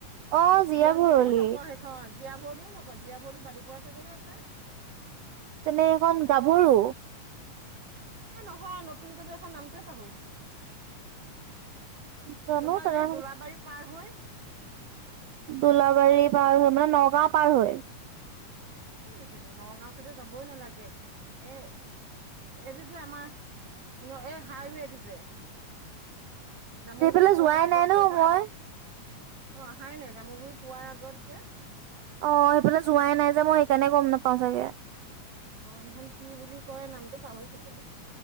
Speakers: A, on the right (about 85°); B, on the right (about 55°).
A: অ
B: জীয়া
A: ভৰলি
B: ভৰলিও নকয় সেইখন। জীয়া ভৰলিও নকয়, জীয়া ভৰলি বালিপৰা চাইদেহে আছে।
A: তেনে এইখন গাভৰু।
B: এ নহয় নতুনকেই যে এখন নামটোৱে পাহৰি থাকিলো।
A: জানো
B: তোমাৰ
A: তেনেহ'লে
B: এই দোলাবাৰী পাৰ হৈ।
A: দোলাবাৰী পাৰ হৈ মানে, নগাঁও পাৰ হৈ।
B: এই এজনী নগাঁও চাইতে যাবই নালাগে এ। এইটো যে আমাৰ এই হাইৱেটো যে। জামুগুৰি
A: সেইফালে
B: পোৱাৰ
A: যোৱাই
B: আগত
A: নাই ন
B: যে পাই।
A: মই
B: অ' আহাই নাই জামুগুৰি পোৱাৰ আগত যে।
A: অ' সেইফালে যোৱাই নাই যে মই সেইকাৰণে গ'ম নেপাওঁ চাগে।
B: অ' সেইখন কি বুলি কয় নামটো পাহৰি থাকিলো।